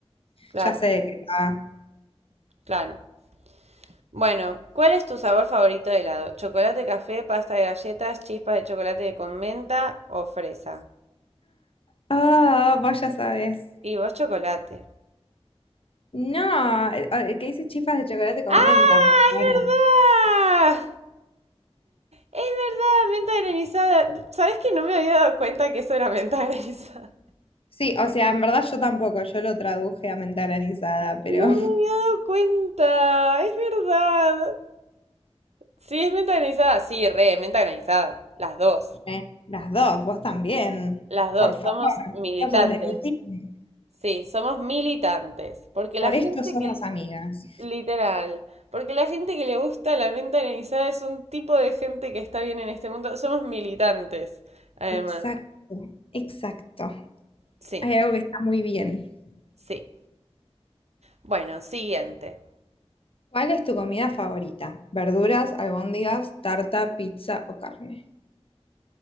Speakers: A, on the right; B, on the left.
A: Claro,
B: ya sé de qué va.
A: claro. Bueno, ¿cuál es tu sabor favorito de helado? ¿Chocolate, café, pasta de galletas, chispas de chocolate con menta o fresa?
B: Ah, vos ya sabes.
A: Y vos chocolate.
B: No, eh, eh, que dice chifas de chocolate con
A: ¡Ah!
B: menta. por favor.
A: ¡Es verdad! Es verdad, menta granizada. ¿Sabes que no me había dado cuenta que eso era menta <laughs> granizada?
B: Sí, o sea, en verdad yo tampoco, yo lo traduje a menta granizada, pero
A: No me había dado cuenta. Es verdad. Sí, es menta granizada. Sí, re, menta granizada. Las dos.
B: <laughs> eh, las dos, vos también.
A: Las dos.
B: Por favor,
A: Somos militantes.
B: vos sos de mi team.
A: Sí, somos militantes. Porque
B: Por
A: la gente
B: esto somos
A: que...
B: amigas.
A: Literal. Porque la gente que le gusta la menta granizada es un tipo de gente que está bien en este mundo. Somos militantes, además.
B: Exacto, exacto.
A: Sí.
B: Hay algo que está muy bien.
A: Sí. Bueno, siguiente.
B: ¿Cuál es tu comida favorita? ¿Verduras, albóndigas, tarta, pizza o carne?